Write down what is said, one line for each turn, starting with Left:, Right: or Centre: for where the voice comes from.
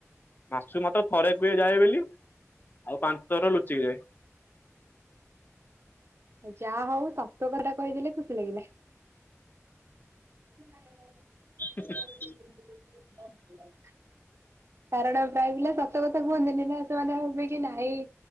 Left: ମାସକୁ ମାତ୍ର ଥରେ କୁହେ ଯାଏ ବୋଲି ଆଉ ପାଞ୍ଚ ଥର ଲୁଚିକି ଯାଏ।
Right: ଯାହା ହଉ ସତ କଥାଟା କହିଦେଲେ ଖୁସି ଲାଗିଲା। ହାଲୋ।
Left: ଆା <unintelligible>
Right: <inaudible> କାରଣ ପ୍ରାୟ ପିଲା ସତ କଥା କୁହନ୍ତିନି ନା। ସେମାନେ ଭବିବେ କି ନାଇଁ